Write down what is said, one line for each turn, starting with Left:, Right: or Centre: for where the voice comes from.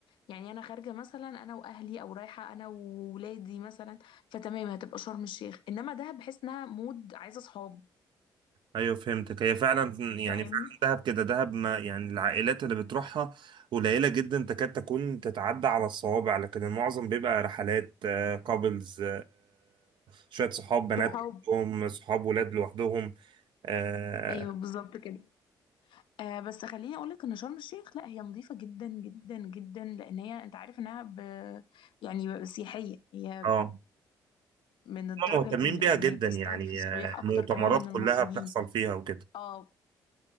Left: يعني انا خارجه مثلا انا واهلي او رايحه انا وولادي مثلا فتمام هتبقى شرم الشيخ انما دهب بحس انها مود عايزه صحاب
Right: ايوه فهمتك هي فعلا يعني
Left: فاهمني
Right: فعلا دهب كده دهب ما يعني العائلات اللي بتروحها قليله جدا تكاد تكون تتعدى على الصوابع لكن المعظم بيبقى رحلات كابلز شويه صحاب بنات
Left: صحاب
Right: لوحدهم صحاب ولاد لوحدهم اه
Left: ايوه بالظبط كده آه بس خليني اقول لك ان شرم الشيخ لا هي نظيفه جدا جدا جدا لان هي انت عارف انها ب... يعني سياحيه هي
Right: آه.
Left: من الدرجه
Right: هم مهتمين
Left: الاولى
Right: بيها
Left: يعني
Right: جدا
Left: هي بتستهدف
Right: يعني
Left: السياح
Right: آه،
Left: اكتر
Right: المؤتمرات
Left: كمان من
Right: كلها
Left: المصريين
Right: بتحصل فيها وكده
Left: اه